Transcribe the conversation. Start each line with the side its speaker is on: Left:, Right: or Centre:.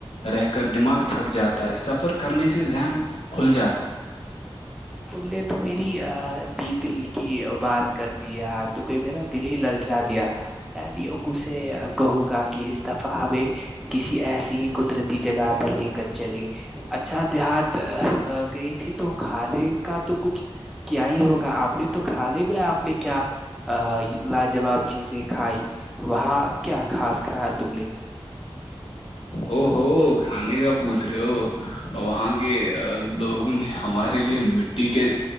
Left: رہ کر دماغ تھک جاتا ہے سفر کرنے سے ذہن کھل جاتا <inaudible>
Centre: تم نے تو میری بی دل کی بات کرتی ہے تو میرا دل ہی للچا دیا میں بھی ابو سے کہوں گا کہ اس دفعہ ہمیں کسی ایسی ہی قدرتی جگہ پر لے کر چلے اچھا دیہات گئی تھی تو کھانے کا تو کچھ کیا ہی ہوگا آپ نے تو کھا لے میں آپ نے کیا لاجواب چیزیں کھائی وہاں کیا خاص کھایا تم نے
Left: او ہو کھانے کا پوچھ رہے ہو وہاں کے لوگوں نے ہمارے لیے م ٹھیک ہے